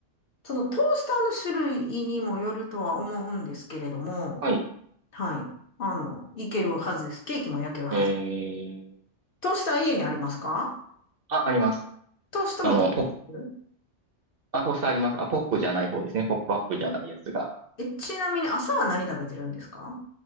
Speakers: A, on the left (about 50°); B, on the right (about 55°).
A: そのトースターの種類にもよるとは思うんですけれども、
B: はい。
A: はい。あの、いけるはずです。ケーキも焼けるはず。
B: えー、
A: トースター家にありますか
B: あ、あります。
A: トーストも食べます
B: あの、ポップ、あ、トースターあります。あ、ポップじゃない方ですね。ポップアップじゃないやつが。
A: え、ちなみに朝は何食べてるんですか